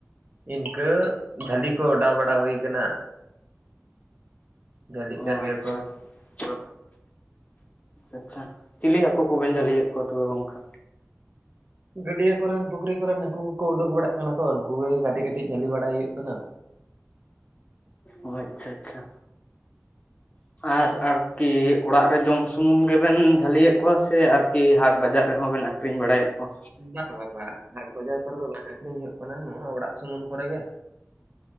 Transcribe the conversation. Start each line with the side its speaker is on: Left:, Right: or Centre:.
Right: ᱤᱱᱠᱟᱹ ᱡᱷᱟᱹᱞᱤ ᱠᱚ ᱚᱰᱟᱣ ᱵᱟᱲᱟ ᱦᱩᱭ ᱟᱠᱟᱱᱟ᱾ ᱡᱷᱟᱹᱞᱤᱜ
Left: ᱚ
Right: ᱠᱟᱱ ᱜᱮᱭᱟ
Left: ᱟᱪᱪᱷᱟ᱾
Right: ᱠᱚ
Left: ᱚ ᱟᱪᱪᱷᱟ ᱪᱤᱞᱤ ᱦᱟᱹᱠᱩ ᱠᱚᱵᱮᱱ ᱡᱷᱟᱹᱞᱤᱭᱮᱫ ᱠᱚᱣᱟ ᱛᱚᱵᱮ ᱜᱚᱝᱠᱮ?
Right: ᱜᱟᱹᱰᱭᱟᱹ ᱠᱚᱨᱮᱱ ᱯᱩᱠᱷᱨᱤ ᱠᱚᱨᱮᱱ ᱦᱟᱹᱠᱩ ᱠᱚᱠᱚ ᱩᱰᱩᱠ ᱵᱟᱲᱟᱜ ᱠᱟᱱᱟ ᱠᱚ ᱩᱱᱠᱩ ᱜᱮ ᱠᱟᱹᱴᱤᱡ ᱠᱟᱹᱴᱤᱡ ᱡᱟᱹᱞᱤ ᱵᱟᱲᱟᱭ ᱦᱩᱭᱩᱜ ᱠᱟᱱᱟ᱾
Left: ᱚ ᱟᱪᱪᱷᱟ ᱟᱪᱪᱷᱟ᱾ ᱟᱨ ᱟᱨᱠᱤ ᱚᱲᱟᱜ ᱨᱮ ᱡᱚᱢ ᱥᱩᱢᱩᱝ ᱜᱮᱵᱮᱱ ᱡᱷᱟᱹᱞᱤᱭᱮᱫ ᱠᱚᱣᱟ ᱥᱮ ᱟᱨ ᱠᱤ ᱦᱟᱴ ᱵᱟᱡᱟᱨ ᱨᱮᱸᱦᱚ ᱵᱮᱱ ᱟᱹᱠᱷᱨᱤᱧ ᱵᱟᱲᱟᱭᱮᱫ᱾ ᱠᱚᱣᱟ
Right: ᱵᱟᱝ ᱵᱟᱝ ᱵᱟᱝ ᱟ ᱦᱟᱴ ᱵᱟᱡᱟᱨ ᱠᱚᱨᱮ ᱫᱚ ᱵᱟᱝ ᱟᱠᱷᱨᱤᱧ ᱦᱩᱭᱩᱜ ᱠᱟᱱᱟ, ᱱᱚᱣᱟ ᱚᱲᱟᱜ ᱥᱩᱢᱩᱱ ᱠᱚᱨᱮ ᱜᱮ᱾